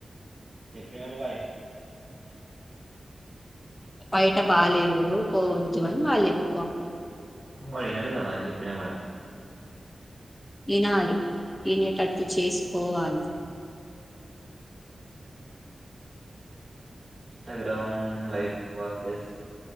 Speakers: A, on the right; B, on the left.
A: షెప్పిన కూడా ప
B: బయట బాలేేదు పోవద్దు అని వాళ్ళు చెప్పుకోవాలి
A: వడినాడు చెషెప్పినా కూడా
B: వినాలి వినేటట్టు చేసుకోవాలి
A: Instagram life process